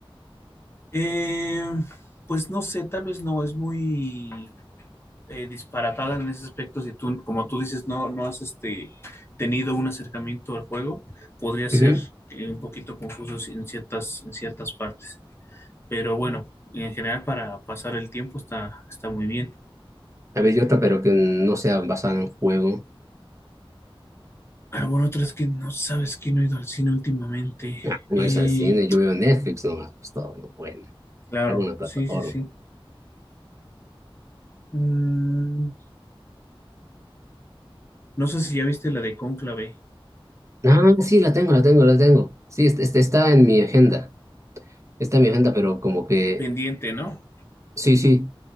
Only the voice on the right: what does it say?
Ujú.
A ver, y otra, pero que no sea basada en juego.
Ah, no
es el cine, yo veo Netflix nomás, pues todo, ¿no? Bueno,
alguna plataforma.
Ah, sí, la tengo, la tengo, la tengo. Sí, este, este está en mi agenda. Está en mi agenda, pero como que.
Sí, sí.